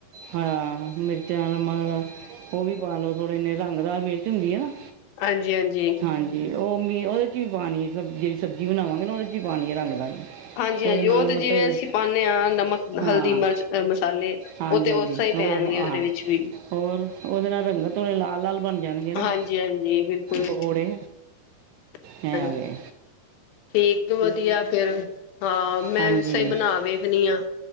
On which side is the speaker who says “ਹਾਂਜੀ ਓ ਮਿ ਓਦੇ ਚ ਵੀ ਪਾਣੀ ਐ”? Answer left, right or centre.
Right